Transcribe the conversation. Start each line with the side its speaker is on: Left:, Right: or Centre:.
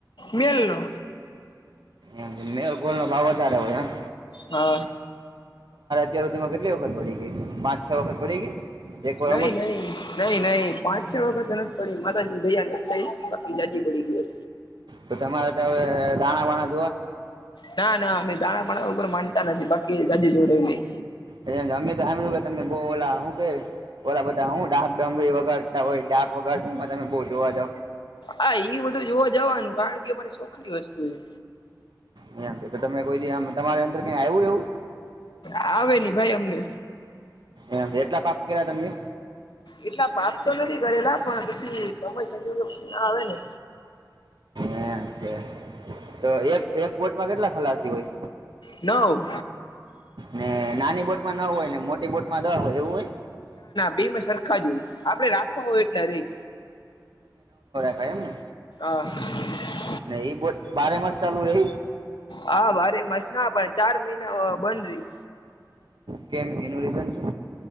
Left: મલો
Right: એમ મેલ ગોલ નો ભાવ વધારે હોય એમ
Left: હા
Right: અ્યારધીમાં કેટલી વખત પડી ગઈ પાંચ છ વખત પડી ગઈ એક વરમાં
Left: નહી નહી નહી નહી પાંચ છ વખત તો નથી પડી માતાજીની ભૈયા નથી બાકી થઈ જાજી પડી ગયો
Right: હ તો તમારે તો હવે દાણા વાણા
Left: ના ના અમે દાણાપ ઉપર માનતા નથી બાકી જા જોવું રહલી
Right: એ અમે તો સાું તમે બ બોલા હું ઓલા બધા હું ડાક ડમરી વગરતા હોય ડાક વગરમાં તમે બહ જોવા જાવ
Left: હા એ બધું જોવા જવાનું કારણ કે અમારી શોખની વસ્તુ છે
Right: મ તમે કોઈમ તમારે અંદર કઈ આવું એવું
Left: આવે નહ ભાઈ અમને
Right: એમ એટલા પાપ કર્યા તમેમ
Left: એટલા વાત તો નથી કરેલા પણ પછી સમય સંજોગે પછી ના આવે ને
Right: હેમ કે તો એક એક બોટમાં કેટલા ખલાસી હોય
Left: નવ
Right: ને નાની બોટમાં ન હોય એ મોટી બોટમાં દવા હોય એવું હોય
Left: બેમાં સરખા જોય આપડે રાખવા હોય એટલા રહી
Right: ગાયમને
Left: હ
Right: નહી એ બોટ બારે માસ ચાલુ રે
Left: હા ભારે મસ ના પણડ ચાર મહિના બન રહી
Right: કેમ એનું રીઝન શું